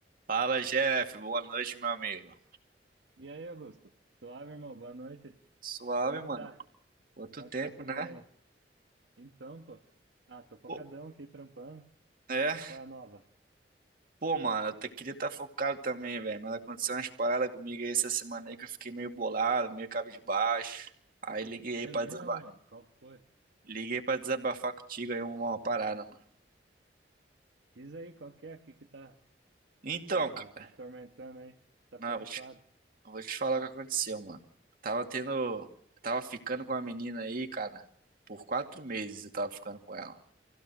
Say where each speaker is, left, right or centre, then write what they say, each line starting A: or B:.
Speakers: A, on the right (about 55°); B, on the right (about 85°).
A: Fala, Jeff. Boa noite, meu amigo.
B: E aí, Augusto? Suave, irmão. Boa noite.
A: Suave,
B: Como é que
A: mano.
B: tá?
A: Quanto
B: Como
A: tempo,
B: é que tá a semana
A: né?
B: aí? Então, pô. Ah, tô focadão
A: Pô,
B: aqui, trampando.
A: é,
B: Qual é a nova?
A: pô, mano, eu te- queria estar focado também, velho, mas aconteceu umas paradas comigo aí essa semana aí que eu fiquei meio bolado, meio cabisbaixo. Aí liguei aí
B: É
A: pra
B: mesmo,
A: desaba-
B: mano? Qual foi?
A: liguei pra desabafar contigo aí uma, uma parada, mano.
B: Diz aí qual que é aqui que tá,
A: Então,
B: tá
A: cara,
B: tormentando aí. Tá
A: não,
B: preocupado?
A: eu vou te, eu vou te falar o que aconteceu, mano. Tava tendo, tava ficando com a menina aí, cara, por quatro meses eu tava ficando com ela.